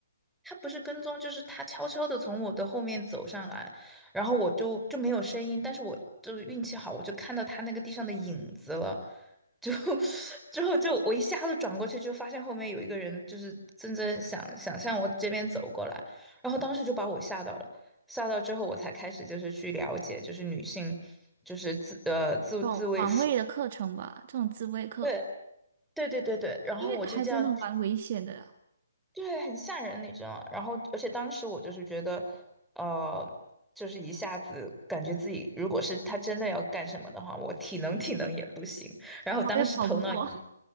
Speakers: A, in the centre; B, on the right.
A: 他不是跟踪，就是他悄悄的从我的后面走上来，然后我就就没有声音，但是我就是运气好，我就看到他那个地上的影子了，就 <laughs> 之后就我一下子转过去，就发现后面有一个人，就是正在想想向我这边走过来，然后当时就把我吓到了，吓到之后我才开始就是去了解，就是女性就是自呃自自卫术。
B: 这种防卫的课程吧，这种自卫课，
A: 对对对对对，然后我就这样
B: 因为还真的蛮危险的。
A: 对，很吓人，你知道吗？然后，而且当时我就是觉得，呃，就是一下子感觉自己，如果是他真的要干什么的话，我体能体能也不行。然后当时头脑也
B: 跑也跑不过。